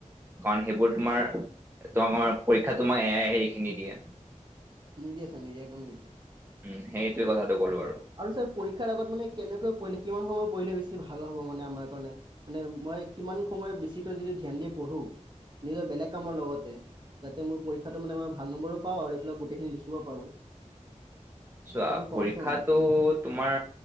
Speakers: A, on the right (about 15°); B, on the right (about 35°).
A: কাৰণ সেইবোৰ তোমাৰ, তোমাক পৰীক্ষা তোমাক এয়াই লিখিনি নিদিয়ে।
B: নিদিয় ছাৰ নিদিয়ে একদম নিদিয়ে।
A: উম সেইটোৱে কথাটো ক'লো
B: তাকে
A: আৰু।
B: আৰু ছাৰ পৰীক্ষাৰ আগত মানে কেনেকৈ পঢ়লে কিমান সময়ত পঢ়িলে বেছি ভাল হ'ব মানে আমাৰ কাৰণে? মানে মই কিমান সময় বেছিকৈ যদি ধ্যান দি পঢ়ো, নিজৰ বেলেগ কামৰ লগতে যাতে মোৰ পৰীক্ষাটো মানে মই ভাল নম্বৰো পাওঁ আৰু এইবিলাক গোটেইখিনি লিখিব পাৰোঁ।
A: চোৱা
B: সেইটো কওকচোন
A: পৰীক্ষাটো
B: অলপমান
A: তোমাৰ